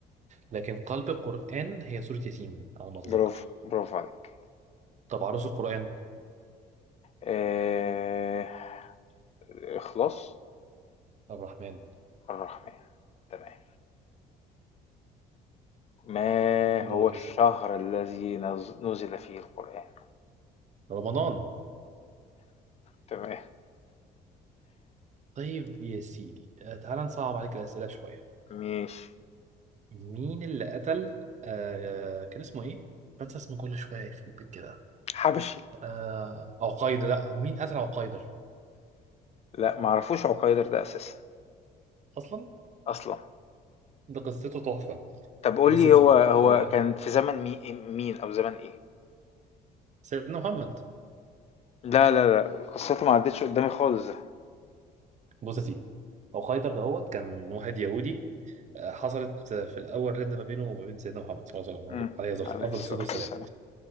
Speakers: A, on the right (about 45°); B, on the left (about 40°).
A: لكن قلب القرآن هي سورة ياسين على ما أتذكر
B: برافو برافو عليك
A: طب عروس القرآن
B: آه... الإخلاص
A: الرحمن
B: الرحمن تمام ما
A: دورك
B: هو الشهر
A: يا سيدي
B: الذي نز- نزل فيه القرآن
A: رمضان
B: تمام
A: طيب يا سيدي آه تعال نصعب عليك الأسئلة شوية
B: ماشي
A: مين اللي قتل آه كان اسمه إيه؟ بنسى اسمه كل شوية يخرب بيت كده
B: حبشي
A: آه عقيدة لا مين قتل عقيدر
B: لا معرفوش عقيدر ده أساسا
A: أصلا
B: أصلا
A: ده قصته تحفة
B: طب قول
A: بص
B: لي
A: يا سيدي
B: هو هو
A: آه
B: كان في زمن مي- مين أو زمن إيه
A: سيدنا محمد
B: لا لا لا قصته ما عدتش قدامي خالص ده
A: بص يا سيدي هو خيدر دهوت كان واحد يهودي آه، حصلت آه، في الاول رده ما بينه وما بين سيدنا محمد صلى الله عليه
B: مم.
A: وسلم عليه أفضل
B: عليه
A: أفضل
B: الصلاة
A: الصلاه والسلام
B: والسلام